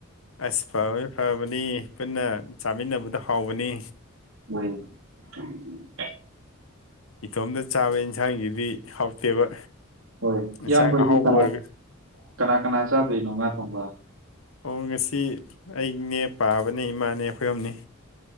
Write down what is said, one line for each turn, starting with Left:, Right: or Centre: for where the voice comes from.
Left: ꯑꯁ ꯐꯕꯅꯤ ꯐꯕꯅꯤ ꯄꯨꯟꯅ ꯆꯥꯃꯤꯟꯅꯕꯗꯣ ꯍꯥꯎꯕꯅꯤ
Right: <unintelligible>
Left: ꯏꯇꯣꯝꯗ ꯆꯥꯕ ꯏꯟꯁꯥꯡꯖꯤꯗꯤ ꯍꯥꯎꯇꯦꯕ
Right: ꯍꯣꯏ
Left: ꯏꯟꯁꯥꯡ
Right: ꯏꯌꯥꯝꯍꯣꯏꯗꯤ
Left: ꯑꯍꯥꯎꯕ
Right: ꯀꯅꯥ
Left: ꯑꯣꯏꯔꯒꯁꯨ
Right: ꯀꯅꯥ ꯀꯅꯥ ꯆꯥꯗꯣꯏꯅꯣ ꯉꯥ ꯊꯣꯡꯕ
Left: ꯑꯣ ꯉꯁꯤ ꯑꯩꯅꯦ ꯄꯥꯕꯅꯦ ꯏꯃꯥꯅꯦ ꯑꯩꯈꯣꯏ ꯍꯨꯝꯅꯤ